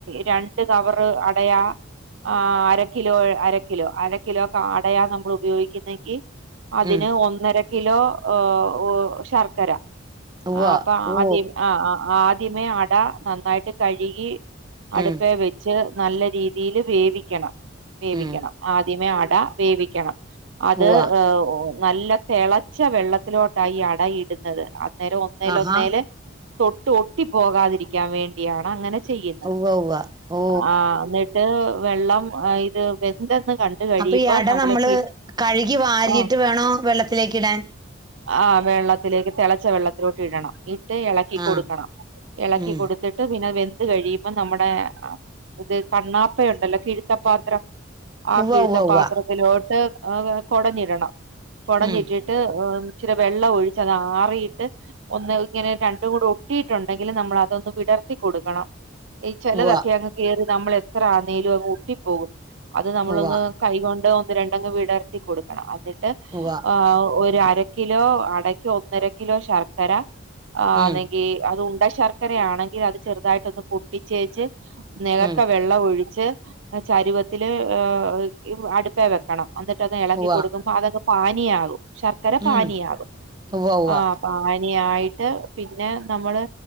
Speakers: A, on the right; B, on the right.
A: രണ്ട് കവറ് അടയാ ആഹ് അര കിലോ അര കിലോ. അര കിലോ ഒക്കെ അടയാ നമ്മള് ഉപയോഗിക്കുന്നെങ്കി അതിന്
B: ഉം
A: ഒന്നരക്കിലോ ഈഹ് ഓഹ് ശർക്കര.
B: ഉവ്വ
A: ആഹ് അപ്പൊ
B: ഓ
A: ആദ്യം, ആഹ് ആദ്യമേ അട നന്നായിട്ട് കഴുകി അടുപ്പേ
B: ഉം
A: വെ ച്ച് നല്ല രീതീല് വേവിക്കണം, വേവിക്കണം.
B: ഉം
A: ആദ്യമേ അട വേവിക്കണം അത്
B: ഉവ്വ
A: നല്ല തിളച്ച വെള്ളത്തിലോട്ടാ ഈ അടയിടുന്നത്. അന്നേരം ഒന്നേലൊന്നേല്
B: ആഹാ
A: തൊട്ട് ഒട്ടി പോകാതിരിക്കാൻ വേണ്ടിയാണ് അങ്ങനെ ചെയ്യു
B: ഉവ്വ ഉവ്വ. ഓ
A: ആഹ് എന്നിട്ട് വെള്ളം ഇത് വെന്തെന്ന് കണ്ട് കഴിയുമ്പോ
B: അപ്പൊ ഈ അട നമ്മള്
A: കി-
B: കഴുകി വാരിയിട്ട്
A: ആ
B: വേണോ വെള്ളത്തിലേക്ക് ഇടാൻ?
A: ആഹ് വെള്ളത്തിലേക്ക് തിളച്ച വെള്ളത്തിലോട്ട് ഇടണം. ഇട്ട് ഇളക്കി
B: ആഹ്
A: കൊടുക്കണം. ഇളക്കി
B: ഉം
A: കൊടുത്തിട് ട്ട് പിന്നെ വെന്ത് കഴിയുമ്പോ നമ്മുടെ ഇത് കണ്ണാപ്പയുണ്ടല്ലോ, കിഴ്ത്തപ്പാത്രം. ആ
B: ഉവ്വ
A: കിഴ്ത്തപ്പാത്രത്തിലോട്ട്
B: ഉവ്വ
A: ഈഹ് കൊടഞ്ഞിടണം. കൊടഞ്ഞിട്ടിട്
B: ഉവ്വ ഉം
A: ന്ന്ട്ട് ഏഹ് ഇച്ചിരി വെള്ളവൊഴിച്ച് അത് ആറിയിട്ട് ഒന്ന് ഇങ്ങനെ രണ്ടും കൂടി ഒട്ടിയിട്ടുണ്ടെങ്കില് നമ്മളതൊന്ന് വിടർത്തി കൊടുക്കണം ഈ ചെലതൊക്കെ
B: ഉവ്വ
A: അങ്ങ് കേറി നമ്മളെത്ര ആന്നേലുവങ്ങ് ഒട്ടിപ്പോകും അത് നമ്മളൊന്ന്
B: ഉവ്വ
A: കൈകൊണ്ട് ഒന്ന് രണ്ടങ്ങ് വിടർത്തി കൊടുക്കണം എന്നിട്ട് ഏഹ്
B: ഉവ്വ
A: ഒരു അര കിലോ അടക്ക് ഒന്നര കിലോ ശർക്കര ആ്
B: ഉം
A: അല്ലെങ്കി അത് ഉണ്ട ശർക്കരയാണെങ്കി അത് ചെറുതായിട്ടൊന്ന് പൊ ട്ടിച്ചേച്ച് നെലത്ത
B: ഉം
A: വെള്ളവൊഴിച്ച് ചരുവത്തില് ഏഹ് ഈ അടുപ്പേ വെക്കണം ഇന്നിട്ട്ത് എളക്കി
B: ഉവ്വ
A: കൊടുക്കുമ്പ അതങ്ങ് പാനീയയാകും ശർക്കര പാനീയാകും
B: ഉം ഉവ്വ ഉവ്വ
A: ആ് പാനയായിട്ട് പിന്നെ നമ്മള്